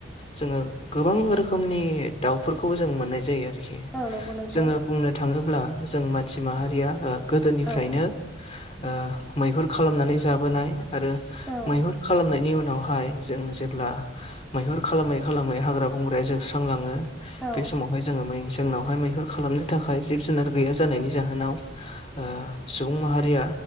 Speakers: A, on the left (about 35°); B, in the centre.
A: जोङो गोबां रोखोमनि दाउफोरखौबो जों मोननाय जायो आरोखि
B: औ नंगौ नोंथां
A: जोङो बुंनो थाङोब्ला जों मानसि माहारिया ओ गोदोनिफ्रायनो
B: औ
A: ओ मैहुर खालामनानै जाबोनाय आरो
B: औ
A: मैहुर खालामनायनि उनावहाय जों जेब्ला मैहुर खालामै खालामै हाग्रा बंग्राया जोबस्रांलाङो
B: औ
A: बे समावहाय जोङो मै जोंनावहाय मैहुर खालामनो थाखाय जिब जुनार गैया जानायनि जाहोनाव ओ सुबुं माहारिया